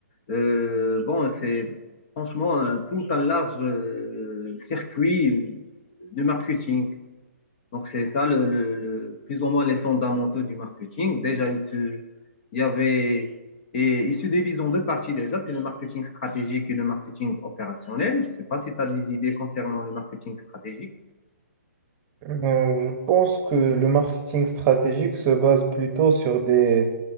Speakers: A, on the left; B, on the right.
A: Euh, bon, c'est franchement un- tout un large euh, circuit de marketing. Donc, c'est ça, le, le- le- plus ou moins les fondamentaux du marketing. Déjà, il se- il y avait, et il se divise en deux parties déjà, c'est le marketing stratégique et le marketing opérationnel. Je ne sais pas si tu as des idées concernant le marketing stratégique.
B: Euh, je pense que le marketing stratégique se base plutôt sur des,